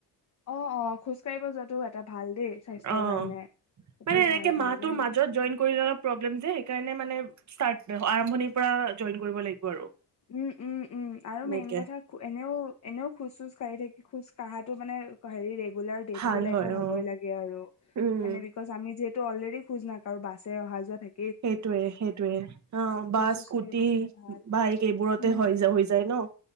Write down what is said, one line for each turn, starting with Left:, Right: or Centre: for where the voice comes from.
Left: অ অ খোজ কাঢ়িব যোৱাটো এটা ভাল দেই স্বাস্থ্যৰ
Right: অ'
Left: কাৰণে সেইটো
Right: মানে এনেকে
Left: ভাল ভাল
Right: মাহটো
Left: মানে
Right: মাজত জইন কৰিলে প্ৰব্লেম যে সেইকাৰণে। ষ্টাটটো মানে আৰম্ভণিৰ পৰা জইন কৰিব লাগিব আৰু
Left: উম উম উম আৰু
Right: এনেকে
Left: মেইন কথা এনেও এনেও খোজ চোজ কঢ়ি থাকি। খোজ কঢ়াটো মানে হেৰিৰে গোটেই পৃথিৱীৰ
Right: ভাল
Left: লাইফত
Right: হয় অ
Left: হ'ব লাগে আৰু
Right: উম
Left: বিকছ আমি যে তটো অলৰেডি খোজ নাকাঢ়ো আৰু বাছে অহা যোৱা থাকে।
Right: সেইটোয়ে সেইটয়ে অ'
Left: খোজ
Right: বাছ
Left: চোজ
Right: স্কুটি
Left: কাঢ়িব পালে ভাল
Right: বাইক। সেইবোৰতে
Left: উম
Right: হৈ যায় ন